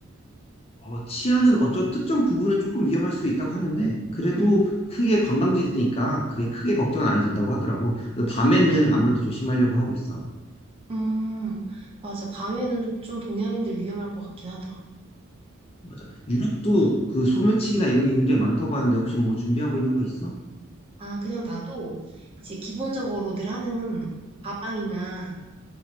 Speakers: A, on the left; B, on the right.
A: 어, 치안은 어떤 특정 부분은 조금 위험할 수 있다고 하는데, 그래도
B: 응,
A: 크게 관광지니까 그게 크게 걱정은 안 해도 된다고 하더라고. 그래서 밤에는 아무래도 조심하려고 하고 있어.
B: 음, 맞아. 밤에는 좀 동양인들 위험할 것 같긴 하다.
A: 맞아. 유럽도 그 소매치기나 이런 게 굉장히 많다고 하는데, 혹시 뭐 준비하고 있는 거 있어?
B: 아, 그냥 나도 이제 기본적으로들 하는 가방이나